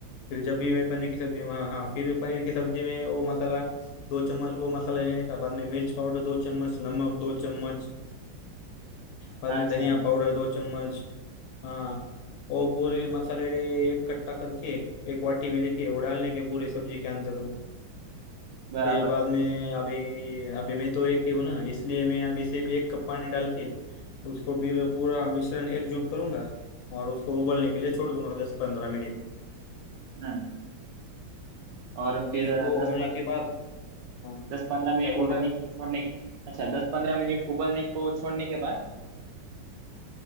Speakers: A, on the left; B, on the right.
A: फिर जब भी मैं पनीर की सब्जी हाँ हाँ फिर पनीर की सब्जी में वो मसाला दो चम्मच वो मसाला लेने का बाद में मिर्च पाउडर दो चम्मच नमक दो चम्मच बाद
B: अच्छा
A: में धनिया पाउडर दो चम्मच हाँ वो पूरे मसाले एक कट्टा करके एक वाटी में लेके वो डालने के पूरे सब्जी के अंदर वो।
B: बराबर
A: फिर बाद में अभी अभी मैं तो एक ही हूँ ना इसलिए मैं अभी सिर्फ एक कप पानी डाल के उसको फिर पूरा मिश्रण एकजुट करूंगा और उसको उबलने के लिए छोड़ दूंगा दस पंद्रह मिनट
B: हम्म और फिर
A: फिर वो
B: दस
A: होने
B: पन,
A: के बाद हाँ,
B: दस पंद्रह मिनट
A: क्या बोल
B: उबलने
A: रहे हैं आप
B: के लिए छोड़ने अच्छा दस पंद्रह मिनट उबलने को छोड़ने के बाद